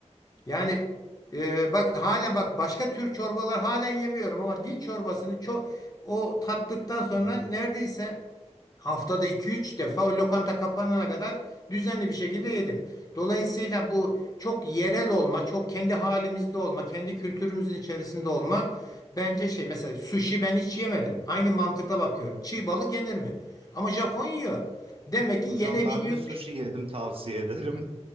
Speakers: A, on the left; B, on the right.
A: Yani e, bak halen bak başka tür çorbalar halen yemiyorum ama dil çorbasını çok o tattıktan sonra
B: Hı hı.
A: neredeyse haftada iki üç defa o lokanta kapanana kadar düzenli bir şekilde yedim. Dolayısıyla bu çok yerel olma, çok kendi halimizde olma, kendi kültürümüzün içerisinde olma bence şey mesela sushi ben hiç yemedim. Aynı mantıkla bakıyorum. Çiğ balık yenir mi? Ama Japon yiyor. Demek ki
B: Hocam
A: yenebiliyor.
B: ben de sushi yedim tavsiye ederim.